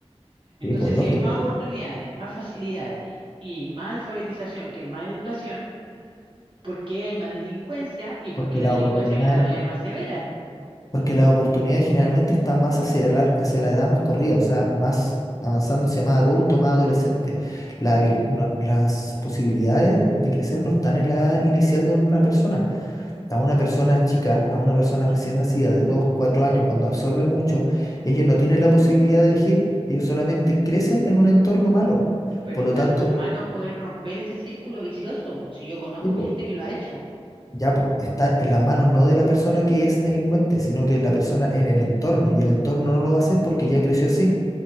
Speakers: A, on the right; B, on the left.
A: Entonces,
B: Sí, pues
A: si
B: lógico,
A: hay más oportunidades, más facilidades y más alfabetización, que es más educación, ¿por qué hay más delincuencia y por
B: porque
A: qué la
B: la
A: delincuencia
B: oportunidad
A: cada vez es más severa?
B: Porque las oportunidades generalmente están más hacia la, hacia la edad más corrida, o sea, más avanzándose más adulto, más adolescente. La habili- no- las posibilidades de crecer no están en la edad inicial de una persona. A una persona chica, a una persona recién nacida de 2 4 años, cuando absorben mucho, ellos no tienen la posibilidad de elegir, ellos solamente crecen en un entorno malo.
A: Pero
B: Por
A: está
B: lo tanto,
A: en tus manos poder romper ese círculo vicioso, po, si yo conozco
B: sí, po,
A: gente que lo ha hecho.
B: ya po, está en las manos no de la persona que es delincuente, sino que la persona en el entorno, y el entorno no lo va a hacer porque ya creció así.